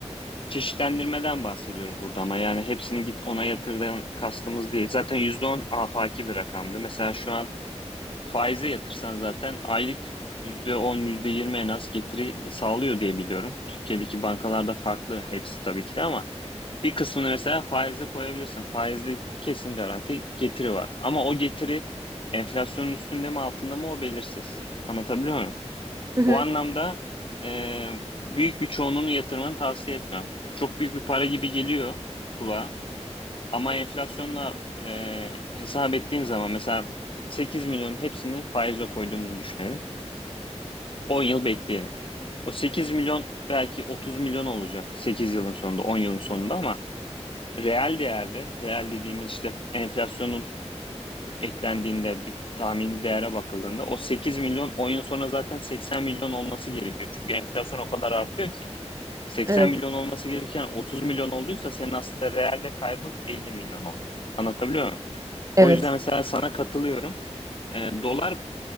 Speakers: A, on the left; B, on the right.
A: Çeşitlendirmeden bahsediyoruz burada ama yani hepsini git ona yatırdan kastımız değil. Zaten %10 afaki bir rakamdı. Mesela şu an faize yatırsan zaten aylık yüzde on yüzde yirmi en az getiri sağlıyor diye biliyorum. Türkiye'deki bankalarda farklı hepsi tabii ki de ama bir kısmını mesela faize koyabilirsin. Faizde kesin garanti getiri var. Ama o getiri enflasyonun üstünde mi altında mı o belirsiz. Anlatabiliyor muyum?
B: Hı hı.
A: Bu anlamda e, büyük bir çoğunluğunu yatırmanı tavsiye etmem. Çok büyük bir para gibi geliyor kulağa ama enflasyonla e, hesap ettiğin zaman mesela 8 milyonun hepsini faize koyduğumuzu düşünelim. 10 yıl bekleyelim. O 8 milyon belki 30 milyon olacak 8 yılın sonunda, 10 yılın sonunda ama reel değerde, reel dediğimiz işte enflasyonun eklendiğinde bir tahmini değere bakıldığında o 8 milyon 10 yıl sonra zaten 80 milyon olması gerekiyor. Çünkü enflasyon o kadar artıyor ki. 80
B: Evet.
A: milyon olması gereken 30 milyon olduysa senin aslında realde kaybın 50 milyon oluyor. Anlatabiliyor muyum?
B: Evet.
A: O yüzden mesela sana katılıyorum. Ee, dolar